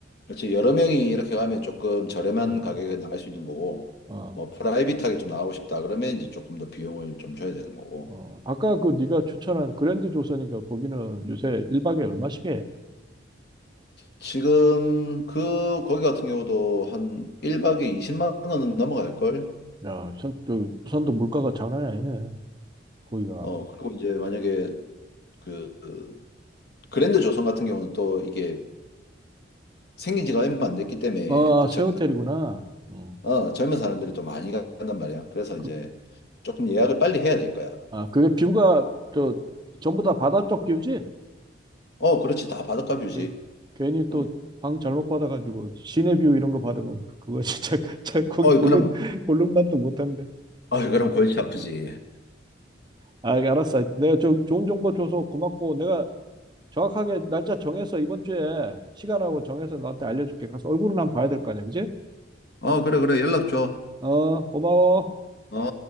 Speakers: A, on the left; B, on the right.
A: 그렇지. 여러 명이 이렇게 가면 조금 저렴한
B: 어,
A: 가격에 나갈 수 있는 거고,
B: 어,
A: 뭐 프라이빗하게 좀 나가고 싶다 그러면 이제 조금 더 비용을 좀 줘야 되는 거고.
B: 어. 아까 그 네가 추천한 그랜드 조선인가, 거기는 요새 1박에 얼마씩 해?
A: 지금 그 거기 같은 경우도 한 1박에 20만 원은 넘어갈 걸.
B: 야, 참, 저, 부산도 물가가 장난이 아니네, 거기가.
A: 어, 그리고 이제 만약에 그그 그랜드 조선 같은 경우는 또 이게 생긴 지가 얼마 안 됐기 때문에
B: 어,
A: 또
B: 아, 새
A: 젊은,
B: 호텔이구나. 음.
A: 어, 젊은 사람들이 또 많이 간단 말이야. 그래서
B: 그,
A: 이제 조금 예약을 빨리 해야 될 거야.
B: 아, 그게 뷰가, 저, 전부 다 바다 쪽 뷰지?
A: 어, 그렇지. 다 바닷가
B: 이렇게,
A: 뷰지.
B: 괜히 또,
A: 응.
B: 방 잘못 받아가지고, 시내 뷰 이런 거 받으면, 그거 진짜, <laughs> 진짜 거기
A: 어,
B: 골룸,
A: 그럼
B: 골룸 맛도 못한데.
A: 아, 그럼 골치 아프지.
B: 아, 알았어. 내가 저 좋은 정보 줘서 고맙고 내가 정확하게 날짜 정해서 이번 주에 시간하고 정해서 너한테 알려줄게. 가서 얼굴은 한번 봐야 될 거 아니야, 그지?
A: 어, 그래, 그래. 연락 줘.
B: 어, 고마워.
A: 어.